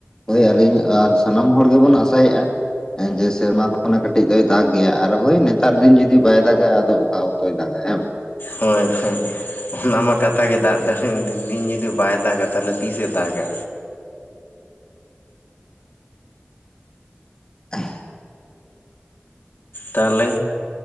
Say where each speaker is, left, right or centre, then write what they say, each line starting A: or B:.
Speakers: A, on the left; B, on the left.
A: ᱦᱳᱭ ᱟᱹᱞᱤᱧ ᱟᱨ ᱥᱟᱱᱟᱢ ᱦᱚᱲ ᱜᱮᱵᱚᱱ ᱟᱥᱟᱭᱮᱫᱼᱟ᱾ ᱦᱮᱸ ᱡᱮ ᱥᱮᱨᱢᱟ ᱠᱷᱚᱱ ᱠᱟᱹᱴᱤᱡ ᱫᱚᱭ ᱫᱟᱜᱽ ᱜᱮᱭᱟ ᱟᱨ ᱦᱳᱭ ᱱᱮᱛᱟᱨ ᱫᱤᱱ ᱡᱩᱫᱤ ᱵᱟᱭ ᱫᱟᱜᱟ ᱟᱫᱚ ᱚᱠᱟ ᱚᱠᱛᱚᱭ ᱫᱟᱜᱟ ᱦᱮᱸ?
B: ᱦᱳᱭ ᱦᱩᱸ ᱚᱱᱟ ᱢᱟ ᱠᱟᱛᱷᱟ ᱜᱮ ᱫᱟᱜ ᱫᱤ ᱫᱤᱱ ᱡᱩᱫᱤ ᱵᱟᱭ ᱫᱟᱜᱟ ᱛᱟᱦᱚᱞᱮ ᱛᱤᱥᱮ ᱫᱟᱜᱟ
A: ᱦᱮ
B: ᱛᱟᱦᱚᱞᱮ